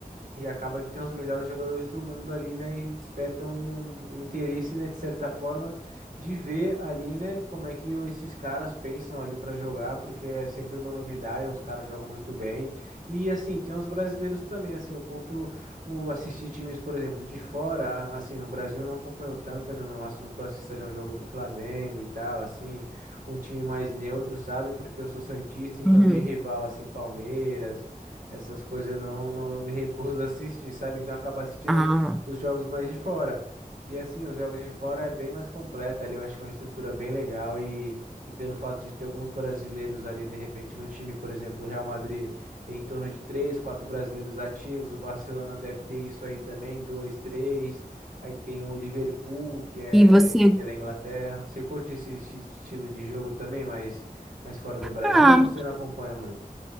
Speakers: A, on the right; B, in the centre.
A: e acaba que tem os melhores jogadores do mundo ali, né? E despertam em um interesse, né, de certa forma, de ver ali, né, como é que o- esses caras pensam ali para jogar, porque é sempre uma novidade, os caras jogam muito bem. E assim, tem os brasileiros também, assim, eu curto o assistir times, por exemplo, de fora, a- assim, no Brasil eu não acompanho tanto, né? No máximo que eu assisto ali é um jogo do Flamengo e tal, assim, um time mais neutro, sabe? Porque eu sou santista, então
B: Uhum.
A: de rival assim, Palmeiras, essas coisas eu não, não eu me recuso a assistir, sabe? Então eu acabo assistindo
B: Ah.
A: os jogos mais de fora. E assim, os jogos de fora é bem mais completa ali, eu acho que é uma estrutura bem legal e, e pelo fato de ter alguns brasileiros ali de repente no time, por exemplo, o Real Madrid tem em torno de três, quatro brasileiros ativos, o Barcelona deve ter isso aí também, dois, três. Aí tem o Liverpool, que é,
B: E você?
A: que é da Inglaterra. Você curte esse esti- estilo de jogo também, mas, mas fora do Brasil
B: Ah.
A: ou você não acompanha muito?